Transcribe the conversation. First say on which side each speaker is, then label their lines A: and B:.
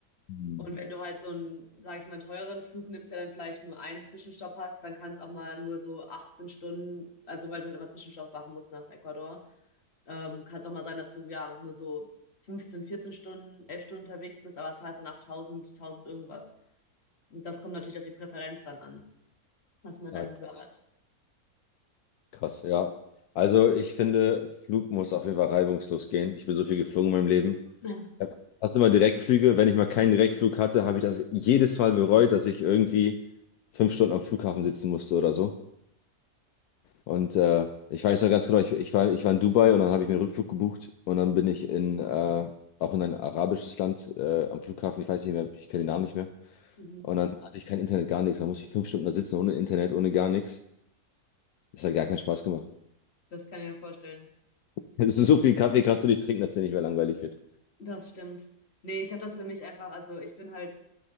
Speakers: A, on the left (about 75°); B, on the left (about 45°).
A: Mhm.
B: Und wenn du halt so einen, sag ich mal, teuren Flug nimmst, der dann vielleicht nur einen Zwischenstopp hast, dann kann es auch mal nur so 18 Stunden, also weil du halt immer Zwischenstopp machen musst nach Ecuador. Ähm, kann es auch mal sein, dass du ja nur so 15, 14 Stunden, 11 Stunden unterwegs bist, aber zahlst dann auch 1000, 1000 irgendwas. Und das kommt natürlich auf die Präferenz dann an, was man dann
A: Ah, krass.
B: lieber hat.
A: Krass, ja. Also ich finde, Flug muss auf jeden Fall reibungslos gehen. Ich bin so viel geflogen in meinem Leben.
B: <laughs>
A: Ja. Hast du mal Direktflüge? Wenn ich mal keinen Direktflug hatte, habe ich das jedes Mal bereut, dass ich irgendwie fünf Stunden am Flughafen sitzen musste oder so. Und äh, ich weiß noch ganz genau, ich, ich war, ich war in Dubai und dann habe ich mir einen Rückflug gebucht und dann bin ich in, äh, auch in ein arabisches Land äh, am Flughafen, ich weiß nicht mehr, ich kenne den Namen nicht mehr.
B: Mhm.
A: Und dann hatte ich kein Internet, gar nichts. Dann musste ich fünf Stunden da sitzen ohne Internet, ohne gar nichts. Das hat gar keinen Spaß gemacht. <laughs>
B: Das kann ich mir vorstellen.
A: Das ist so viel Kaffee kannst du nicht trinken, dass dir nicht mehr langweilig wird.
B: Das stimmt. Nee, ich habe das für mich einfach, also ich bin halt.